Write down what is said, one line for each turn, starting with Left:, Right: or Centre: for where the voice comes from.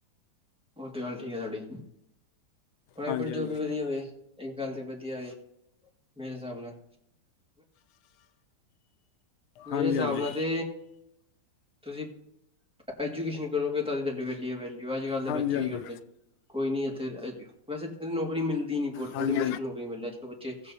Centre: ਹੋਰ ਤੇ ਗੱਲ, ਠੀਕ ਹੈ ਤੁਹਾਡੀ। ਪ੍ਰਾਈਵੇਟ
Left: ਹਾਂਜੀ ਹਾਂਜੀ
Centre: ਜੋਬ ਵੀ ਵਧੀਆ ਹੋਵੇ। ਗੱਲ ਤੇ ਵਧੀਆ ਏ ਮੇਰੇ ਹਿਸਾਬ ਨਾਲ ਮੇਰੇ
Left: ਹਾਂਜੀ
Centre: ਹਿਸਾਬ
Left: ਹਾਂਜੀ
Centre: ਨਾ ਤੇ ਤੁਸੀਂ ਐਜੂਕੇਸ਼ਨ ਕਰੋਗੇ, ਤਦ ਹੀ ਤੁਹਾਡੀ ਵੈਲਊ ਹੈ। ਅੱਜ ਕੱਲ ਦੇ
Left: ਹਾਂਜੀ
Centre: ਬੱਚੇ
Left: ਹਾਂਜੀ
Centre: ਕੀ ਕਰਦੇ ਨੇ? ਕੋਈ ਨੀ ਇੱਥੇ ਵੈਸੇ ਤੇ, ਨੌਕਰੀ ਮਿਲ ਨਹੀ ਨਹੀ ਬਹੁਤ
Left: ਹਾਂਜੀ
Centre: ਬੜੀ ਮੁਸ਼ਕਿਲ
Left: ਹਾਂਜੀ
Centre: ਹੋ ਗਈ, ਮਿਲੇ ਜੋ ਬੱਚੇ